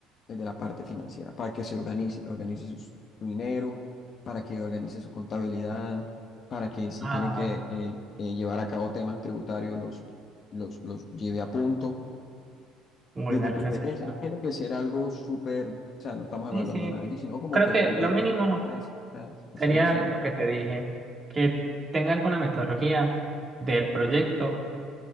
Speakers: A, on the left (about 35°); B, on the right (about 20°).
A: desde la parte financiera, para que se organice, organice sus- su, dinero, para que organice su contabilidad, para que si
B: Ah,
A: tiene que eh, eh, llevar a cabo temas tributarios, los, los, los lleve a punto?
B: muy
A: Desde
B: real,
A: tu
B: eso
A: experiencia,
B: es cierto.
A: no tiene que ser algo súper, o sea, no estamos evaluando
B: Sí, sí.
A: nada aquí, sino como
B: Creo
A: que
B: que
A: compartir
B: lo mínimo
A: esas, esas- esa
B: sería
A: visión.
B: lo que te dije, que tenga alguna metodología del proyecto,